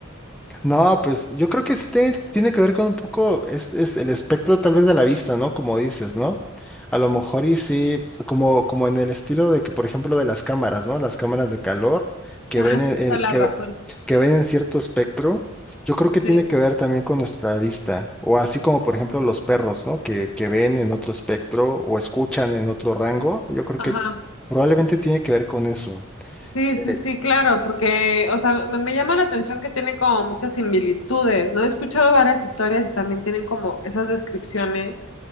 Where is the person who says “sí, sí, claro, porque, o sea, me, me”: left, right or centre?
Left